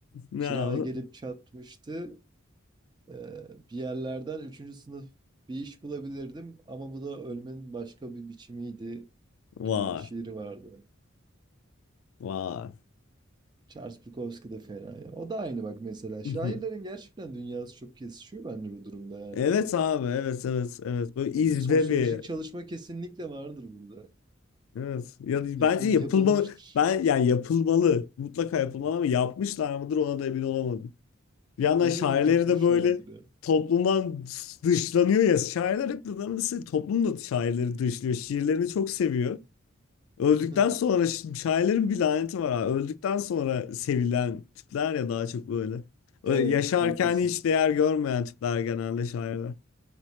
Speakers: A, on the left (about 80°); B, on the right (about 20°).
A: Ne
B: Kira
A: abi?
B: gelip çatmıştı. Ee, bir yerlerden üçüncü sınıf bir iş bulabilirdim ama bu da ölmenin başka bir biçimiydi
A: <laughs>
B: gibi bir şiiri
A: Vay.
B: vardı.
A: Vay.
B: Charles Bukowski de fena ya. O da aynı bak mesela.
A: <laughs>
B: Şairlerin gerçekten dünyası çok kesişiyor bence bu durumda yani.
A: Evet abi evet evet evet böyle izbe
B: Yani bir sosyolojik
A: bir
B: çalışma kesinlikle vardır burada.
A: evet ya
B: Yapıl
A: bence yapılmalı
B: yapılmıştır.
A: ben yani yapılmalı mutlaka yapılmalı ama yapmışlar mıdır ona da emin olamadım. Bir yandan
B: Eminim
A: şairleri
B: yapmışlardır
A: de böyle
B: ya.
A: toplumdan dışlanıyor ya şairler hep nedense toplum da şairleri dışlıyor şiirlerini çok seviyor. Öldükten
B: <laughs>
A: sonra şi- şairlerin bir laneti var abi. Öldükten sonra sevilen tipler ya daha çok böyle. Ö-
B: Evet,
A: Yaşarken
B: haklısın.
A: hiç değer görmeyen tipler genelde şairler.